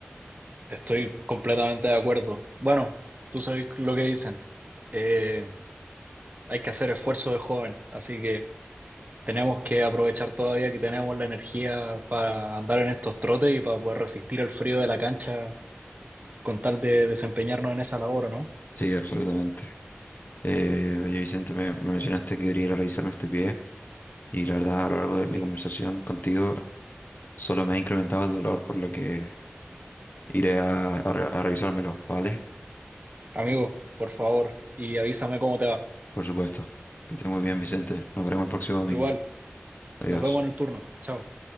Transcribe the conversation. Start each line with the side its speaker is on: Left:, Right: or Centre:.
Right: Estoy completamente de acuerdo. Bueno, tú sabes lo que dicen. Eh, hay que hacer esfuerzo de joven, así que tenemos que aprovechar todavía que tenemos la energía para andar en estos trotes y para poder resistir el frío de la cancha con tal de desempeñarnos en esa labor, ¿o ¿no?
Left: Sí, absolutamente. Eh, oye, Vicente, me, me mencionaste que debería ir a revisarme este pie y la verdad a lo largo de mi
Right: Sí.
Left: conversación contigo solo me ha incrementado el dolor, por lo que iré a, a re- a revisármelo, ¿vale?
Right: Amigo, por favor, y avísame cómo te va.
Left: Por supuesto. Que esté muy bien, Vicente. Nos veremos el próximo domingo.
Right: Tú igual.
Left: Adiós.
Right: Nos vemos en el turno. Chao.